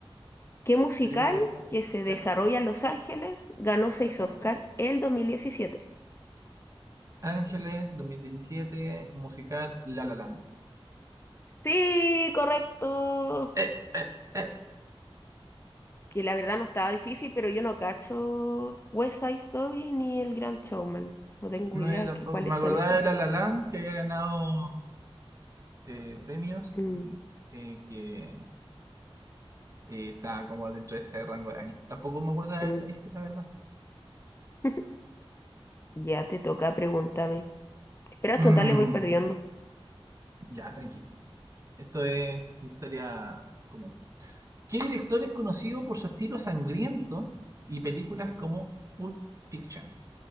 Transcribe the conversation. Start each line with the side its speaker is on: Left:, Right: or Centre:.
Left: ¿Qué musical
Right: película ganadora,
Left: que se
Right: ¿ya?
Left: desarrolla en Los Ángeles ganó seis
Right: En Los
Left: Oscar
Right: Ángeles.
Left: el dos mil diecisiete.
Right: Ángeles, 2017, musical La La Land.
Left: Sí, correcto.
Right: Eh, eh, eh.
Left: Que la verdad no estaba difícil, pero yo no cacho West Side Story ni El Gran Showman. No tengo
Right: No,
Left: idea
Right: yo tampoco.
Left: de cuáles
Right: Me acordaba
Left: son esas.
Right: de La La Land que había ganado eh, premios
Left: Mm,
Right: y eh, que eh, estaba como dentro de ese rango de años. Tampoco me acuerdo de haberla
Left: mm.
Right: visto, la verdad.
Left: <laughs> Ya te toca, pregúntame. Pero hasta
Right: Mm,
Left: total le voy perdiendo.
Right: ya, tranqui. Esto es historia común. ¿Qué director es conocido por su estilo sangriento y películas como Pulp Fiction?